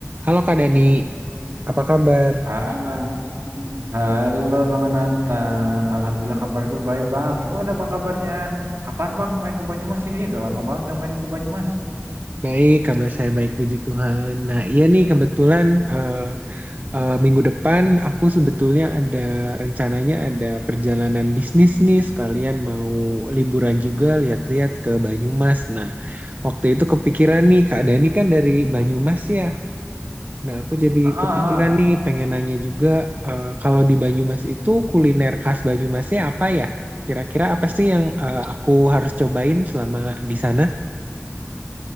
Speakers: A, on the right; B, on the right.
A: Halo Kak Dani, Apa kabar?
B: Hai, halo Bang Nathan. Alhamdulillah kabarku baik Bang. Gimana Bang kabarnya? Kapan Bang main ke Banyumas ini? Udah lama banget gak main ke Banyumas.
A: baik kabar saya baik puji Tuhan. Nah iya nih kebetulan eh, eh, minggu depan aku sebetulnya ada rencananya ada perjalanan bisnis nih sekalian mau liburan juga lihat-lihat ke Banyumas. Nah waktu itu kepikiran nih Kak Dani kan dari Banyumas ya. Nah aku jadi
B: Ah, ah,
A: kepikiran
B: ah.
A: nih pengen nanya juga eh, kalau di Banyumas itu kuliner khas Banyumasnya apa ya? Kira-kira apa sih yang eh, aku harus cobain selama di sana?